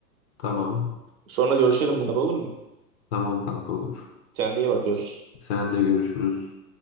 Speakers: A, on the left; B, on the right.
A: Tamam.
B: Sonra görüşelim bunlar olur mu?
A: Tamam kanka olur.
B: Kendine iyi bakıyoruz.
A: Sen de görüşürüz.